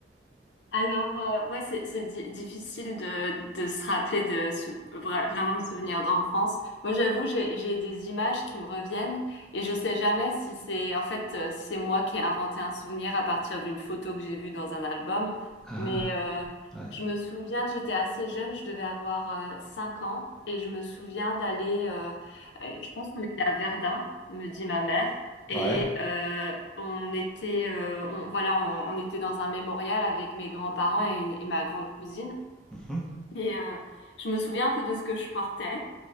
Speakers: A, on the left; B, in the centre.
A: Alors, euh, ouais, c'est c'est di- difficile de, de se rappeler de sou- vra- vraiment de souvenirs d'enfance. Moi, j'avoue, j'ai j'ai des images qui me reviennent et je sais jamais si c'est en fait euh, si c'est moi qui ai inventé un souvenir à partir d'une photo que j'ai vue dans un album.
B: Ah,
A: Mais euh,
B: ouais.
A: je me souviens que j'étais assez jeune, je devais avoir euh, 5 ans et je me souviens d'aller, euh, euh, je pense qu'on était à Verdun, me dit ma mère. Et
B: Ouais.
A: euh, on était, euh, on, voilà, on, on était dans un mémorial avec mes grands-parents et, une- et ma grande cousine.
B: Mmh
A: Et euh, je me souviens un peu de ce que je portais